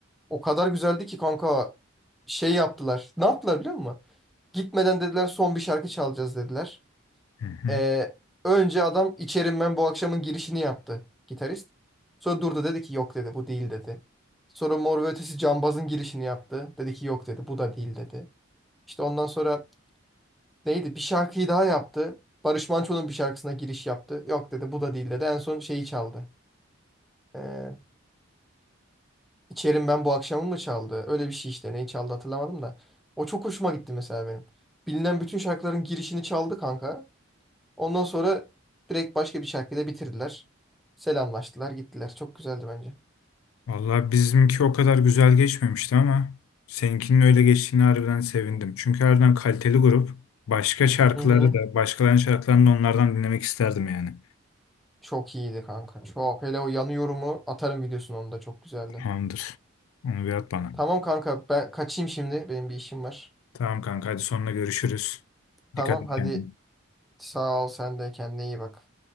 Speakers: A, in the centre; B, on the left (about 80°).
A: O kadar güzeldi ki kanka şey yaptılar. Ne yaptılar biliyor musun? Gitmeden dediler son bir şarkı çalacağız dediler.
B: Hı hı.
A: Ee, önce adam İçerim Ben bu akşamın girişini yaptı gitarist. Sonra durdu dedi ki yok dedi bu değil dedi. Sonra Mor ve Ötesi Cambaz'ın girişini yaptı. Dedi ki yok dedi bu da değil dedi. İşte ondan sonra neydi bir şarkıyı daha yaptı. Barış Manço'nun bir şarkısına giriş yaptı. Yok dedi bu da değil dedi. En son şeyi çaldı. Ee, İçerim ben bu akşamı mı çaldı? Öyle bir şey işte. Neyi çaldı hatırlamadım da. O çok hoşuma gitti mesela benim. Bilinen bütün şarkıların girişini çaldı kanka. Ondan sonra direkt başka bir şarkıyla bitirdiler. Selamlaştılar, gittiler. Çok güzeldi bence.
B: Vallahi bizimki o kadar güzel geçmemişti ama seninkinin öyle geçtiğini harbiden sevindim. Çünkü harbiden kaliteli grup. Başka şarkıları
A: Hı hı.
B: da, başkalarının şarkılarını da onlardan dinlemek isterdim yani.
A: Çok iyiydi kanka. Çok. Hele o yanıyorumu atarım videosunu onu da çok güzeldi.
B: Tamamdır. Onu bir at bana.
A: Tamam kanka ben kaçayım şimdi. Benim bir işim var.
B: Tamam kanka hadi sonuna görüşürüz.
A: Tamam
B: Dikkat et
A: hadi
B: kendine.
A: sağ ol sen de kendine iyi bak.